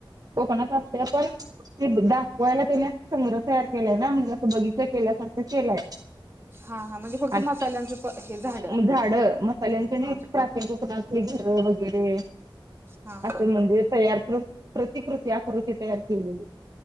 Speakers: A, on the right; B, on the right.
A: कोकणात असते पण ते दाखवायला त्याने संग्रह तयार केलाय ना म जसं बगीचा केल्यासारखं केलाय.
B: हा हा म्हणजे फक्त
A: <unintelligible>
B: मसाल्यांचं हे झाड
A: झाडं मसाल्यांचे नाय
B: हा
A: प्राचीन कोकना ते घरं वेगैरे
B: हा
A: असं
B: हा
A: म्हणजे तयार प्र प्रतिकृती आकृती तयार केलेली.